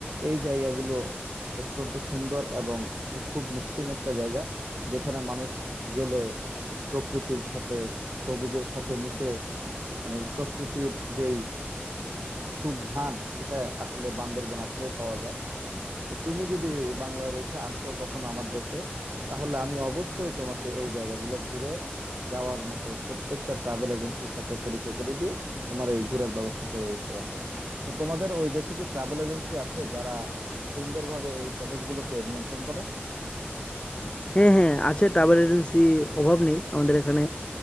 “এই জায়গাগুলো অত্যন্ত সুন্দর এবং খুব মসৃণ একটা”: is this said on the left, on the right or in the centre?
Right